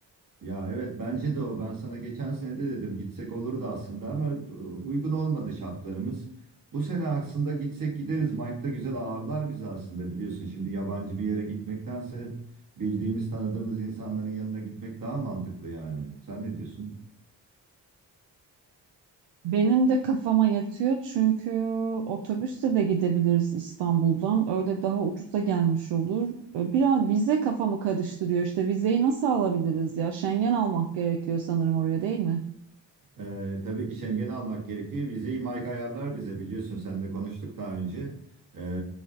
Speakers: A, on the right; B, on the right.
A: Ya evet bence de o. Ben sana geçen sene de dedim gitsek olurdu aslında ama e, uygun olmadı şartlarımız. Bu sene aslında gitsek gideriz. Mike da güzel ağırlar bizi aslında biliyorsun. Şimdi yabancı bir yere gitmektense bildiğimiz tanıdığımız insanların yanına gitmek daha mantıklı yani. Sen ne diyorsun?
B: Benim de kafama yatıyor çünkü otobüsle de gidebiliriz İstanbul'dan. Öyle daha ucuza gelmiş olur. Ee, Biraz vize kafamı karıştırıyor. İşte vizeyi nasıl alabiliriz ya? Schengen almak gerekiyor sanırım oraya değil mi?
A: Ee, tabii ki Schengen'i almak gerekir. Vizeyi Mike ayarlar bize biliyorsun. Seninle konuştuk daha önce. Ee,